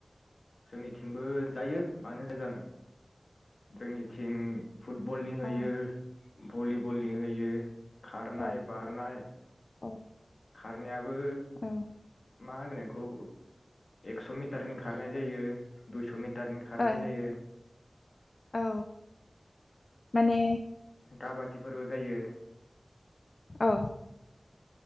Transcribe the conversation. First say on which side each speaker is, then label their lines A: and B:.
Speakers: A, on the left; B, on the left.
A: जोंनि थिंबो जायो मानो जाया जानो जोंनिथिं फुटबलनि होयो
B: अ
A: भलिबलनि हो यो खारनाय
B: औ
A: बारनाय
B: औ।
A: खारनायाबो
B: औ
A: मा होनगोन इखौ एकस' मिटारनि खारनाय जायो दुइस' मि टारनि खारनाय
B: ओं
A: जायो।
B: औ माने
A: काबाथि फोरबो जायो
B: औ।